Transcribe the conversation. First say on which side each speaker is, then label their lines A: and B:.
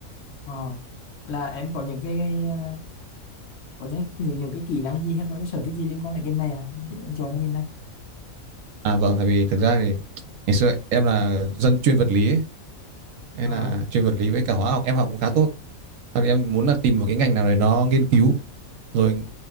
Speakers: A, on the left; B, on the right.
A: ờ là em có những cái à, có những những, những cái kỹ năng gì hay là cái sở thích gì liên quan đến ngành này à để em chọn cái ngành này
B: À vâng, tại vì thực ra thì ngày xưa em là dân chuyên vật lý ấy hay
A: ờ
B: là chuyên vật lý với cả hóa học em học cũng khá tốt Sau đấy em muốn là tìm một cái ngành nào đấy nó nghiên cứu rồi